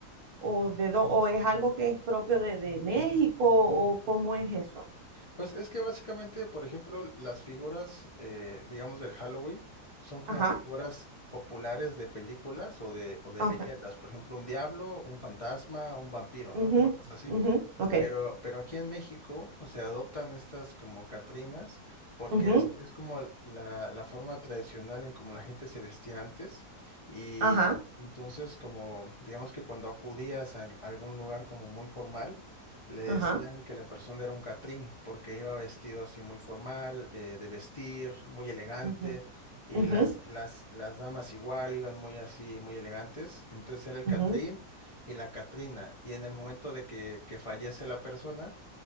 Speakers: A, on the right; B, on the left.
A: o de dó- o es algo que es propio de, de México? ¿O cómo es eso?
B: Pues es que básicamente, por ejemplo, las figuras, eh, digamos, del Halloween son como
A: Ajá,
B: figuras populares de películas o de, o de
A: Ah,
B: leyendas.
A: ok.
B: Por ejemplo, un diablo, un fantasma, un vampiro, ¿no?
A: ujú,
B: Cosas así.
A: ujú, ok.
B: Pero, pero aquí en México, o sea, adoptan estas como Catrinas porque
A: ujú,
B: es, es como el- la, la forma tradicional en como la gente se vestía antes y
A: ajá,
B: entonces como, digamos que cuando acudías a algún lugar como muy formal, le decían
A: ajá.
B: que la persona era un Catrín porque iba vestido así muy formal, eh, de vestir, muy elegante
A: ujú,
B: y
A: ujú,
B: las, las, las damas igual iban muy así, muy elegantes, entonces era el
A: ujú,
B: Catrín y la Catrina. Y en el momento de que, que fallece la persona,